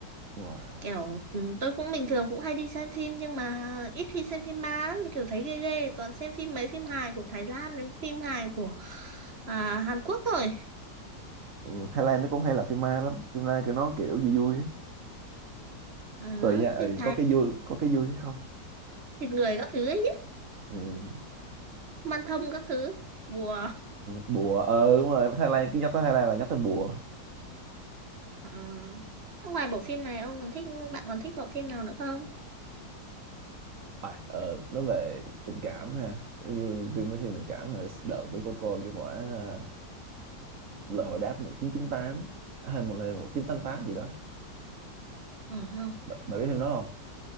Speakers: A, on the right (about 50°); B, on the right (about 35°).
A: đúng rồi.
B: kiểu ừ, tôi cũng bình thường cũng hay đi xem phim nhưng mà ít khi xem phim ma lắm kiểu thấy ghê ghê toàn xem phim mấy phim hài của Thái Lan đến phim hài của à, Hàn Quốc thôi
A: Ừ, Thái Lan nó cũng hay làm phim ma lắm phim ma kiểu nó kiểu vui vui á.
B: Ờ,
A: tùy nha ừ,
B: phim Thái
A: có cái vui có cái vui cái không
B: thịt người các thứ ấy nhá,
A: ừ.
B: man thông các thứ bùa
A: bùa ờ đúng rồi Thái Lan cứ nhắc tới Thái Lan là nhắc tới bùa
B: Ờ. ngoài bộ phim này ông còn thích bạn còn thích bộ phim nào nữa không
A: À, ờ, nói về tình cảm ha như phim mới thiên tình cảm là đợt tôi có coi cái quả ờ, lời hồi đáp một chín chín tám à, hay một lời 1988 gì đó
B: Ờ ha.
A: bạn, bạn biết phim đó không